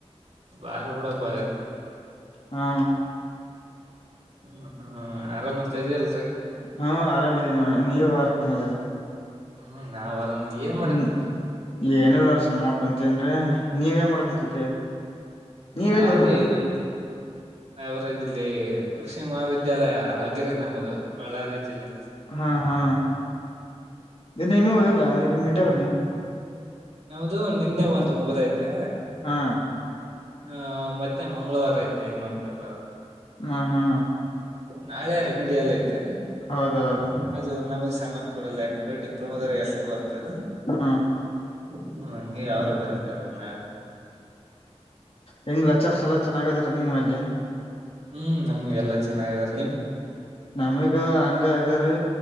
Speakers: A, on the right; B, on the left.
A: ಬಾರಿ ಬಿುಡಪ್ಪಗಾರ
B: ಹಾ
A: ಹ್ಮ ಹ್ಮ್ ಆರಾಮತ್ತ ಇದ್ಯಲ್ರಿ
B: ಹಾ ಆರಾಮದೇವ ನೀವು ಆರಾಮದೇ
A: ಹ್ಮ್ ನಾವ್ ಆರಾಮ್ ಏನ್
B: ಹ್ಮ್
A: ಮಾಡಕ್ ಮತ್ರಿ
B: ಏನೆಲ್ಲ ಸುಮ್ ಕುಂತಿನರೀ ನೀವ ಎನ್ ಮಾಡ್ತಿದ್ರಿ ನೀವೆಲ್ಲಿ
A: ನಾವು
B: ಇರೋದು
A: ಏನಿಲ್ಲ ನಾವ ಯಾರ ಇದಲ್ಲಿ ಕೃಷಿ ಮಹಾವಿದ್ಯಾಲಯ ಹಾಗೆರಿ ನಮ್ಮದು ಬಳ್ಳಾರಿ ಜಿಲ್ಲೆ
B: ಹಾ ಹಾ ಇನ್ನಿಮ್ಮ ಇಲ್ಲಾ ಇದು ಮೀಟರಮ
A: ನಮದು ನಿನ್ನೆ ಒಂದು ಮುಗದೈತೆ
B: ಹಾ
A: ಹ ಮತ್ತೆ ಮಂಗಳವಾರ ಐತೆ ಈ ಮಂತ ಬರ
B: ಹಾ ಹಾ
A: ನಾಳೆ ರೆಮಿಡಿಎಲ್ಲ್ ಐತೆ
B: ಹೌದೌದು
A: ಅದು ನಮಗೆ ಸಂಬಂಧ ಪಡಲ್ಲ ಯಾಕಂದ್ರೆ <unintelligible> ಎಸ್ಟ್ ಬರ್ತದ.
B: ಹಾ
A: ಹ್ಮ ಹಂಗೆ ಯಾವರು ಬರಿತಾರ ನಾಳೆ.
B: ಹೆಂಗ್ ಲೆಕ್ಚರ್ಸ್ ಎಲ್ಲಾ ಚೆನ್ನಾಗದರ ನಿಮ್ಮಲ್ಲಿ.
A: ಹ್ಮ್ ನಮ್ ಎಲ್ಲಾ ಚೆನ್ನಾಗಿದರ್
B: ನಮಗ ಹಂಗ ಅದರಿ